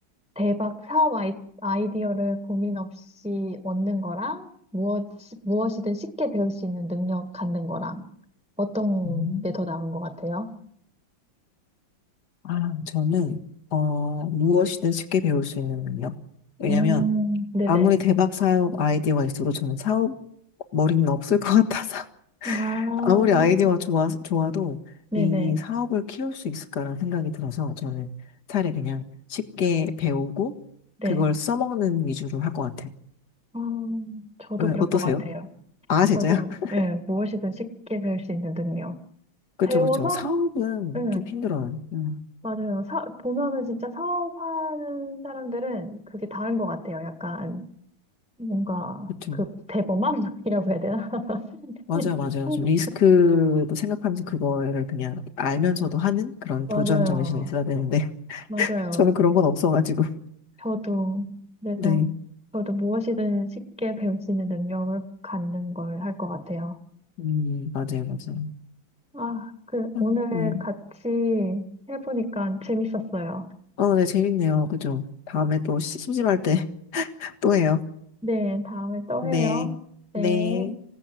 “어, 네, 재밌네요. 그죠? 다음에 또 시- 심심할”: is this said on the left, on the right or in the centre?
Left